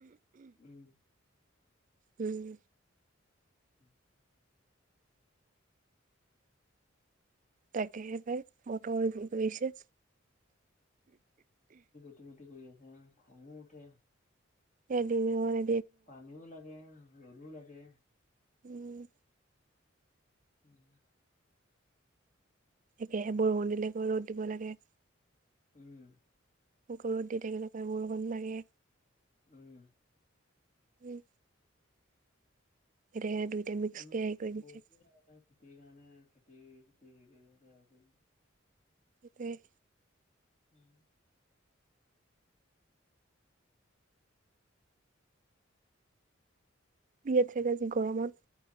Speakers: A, on the left; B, on the right.
A: উম।
B: উম।
A: উম।
B: তাকেহে পাই, বতৰ যি পৰিছে।
A: খতিমটি কৰি আছে উম খঙো উঠে।
B: এদিন মই মনে
A: পানীও লাগে, ৰ'দো লাগে।
B: উম।
A: উম।
B: একেহে বৰষুণ দিলেকে ৰ'দ দিব লাগে।
A: উম।
B: আকৌ ৰদ দি থাকিলে, আকৌ বৰষুণ লাগে।
A: উম।
B: উম। এটাহে দুইটাই মিক্সিকে
A: মানে
B: এই কৰি
A: বহুত
B: দিছে।
A: খেতিৰ কাৰণে, খেতি <unintelligible>
B: সেইটোৱে
A: <inaudible>
B: বিয়াত চাগে আজি গৰমত,